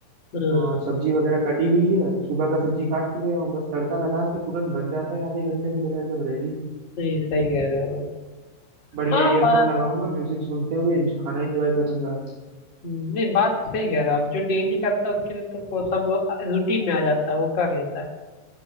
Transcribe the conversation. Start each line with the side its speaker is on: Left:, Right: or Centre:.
Left: हाँ,
Right: और सब्जी वगैरह कटी हुई है सुबह का सब्जी काट के गया हूँ बस तड़का लगा के तुरंत बन जाता है आधे घंटे में मेरा एकदम रेडी
Left: नहीं सही कह रहे हो
Right: बढ़िया
Left: हाँ
Right: ईयरफोन
Left: बात
Right: लगाऊंगा म्यूजिक सुनते हुए इंज- खाना एंजॉय करूंगा
Left: नहीं बात सही कह रहे हो आप जो डेली करता है उसके लिए तो वो सब रूटीन में आ जाता है वो कर लेता है